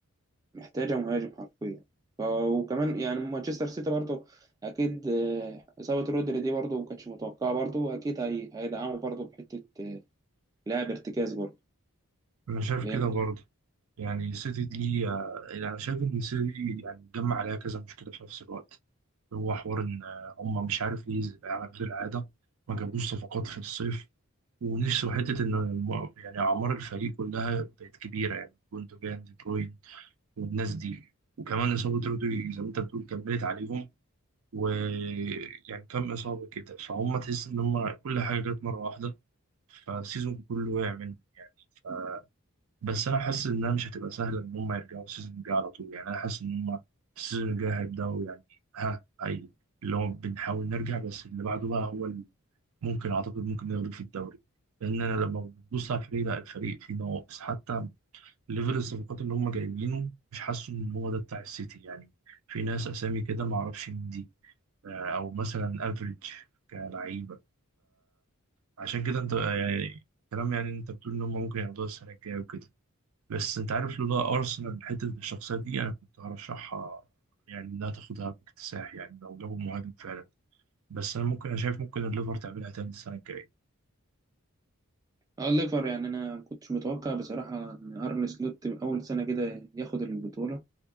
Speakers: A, on the right (about 15°); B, on the right (about 70°).
A: محتاجه مهاجم حرفيا ف- وكمان يعني مانشستر سيتي برضه اكيد إيه، اصابه رودري دي برضه ما كانتش متوقعه برضه اكيد هي هيدعموا برضه بحته إيه، لاعب ارتكاز برضه
B: انا شايف
A: لان
B: كده برضه يعني السيتي دي آه، انا شايف ان السيتي يعني اتجمع عليها كذا مشكله في نفس الوقت هو حوار ان آه، هم مش عارف ليه زي- على غير العاده ما جابوش صفقات في الصيف ونفسه حته ان الم- يعني اعمار الفريق كلها بقت كبيره يعني جوندوجان دي بروين والناس دي وكمان إصابة رودري زي ما أنت بتقول كملت عليهم ويعني كم إصابة كده فهم تحس إن هم كل حاجة جت مرة واحدة فالسيزون كله وقع منهم يعني ف... بس أنا حاسس إنها مش هتبقى سهلة إن هم يرجعوا السيزون الجاي على طول يعني أنا حاسس إن هم السيزون الجاي هيبدأوا يعني ها أي اللي هو بنحاول نرجع بس اللي بعده بقى هو اللي ممكن أعتقد ممكن ياخدوا في الدوري لأن أنا لما ببص على الفريق لا الفريق فيه نواقص حتى ليفل الصفقات اللي هم جايبينه مش حاسه ان هو ده بتاع السيتي يعني في ناس اسامي كده ما اعرفش مين دي آه، او مثلا افريج كلعيبه عشان كده انت آه، يعني كلام يعني انت بتقول ان هم ممكن ياخدوها السنه الجايه وكده بس انت عارف لولا ارسنال حته الشخصيه دي انا كنت هرشحها يعني انها تاخدها باكتساح يعني لو جابوا مهاجم فعلا بس انا ممكن انا شايف ممكن الليفر تعملها تاني السنه الجايه
A: اه ليفر يعني انا ما كنتش متوقع بصراحه ان ارن سلوت اول سنه كده ياخد البطوله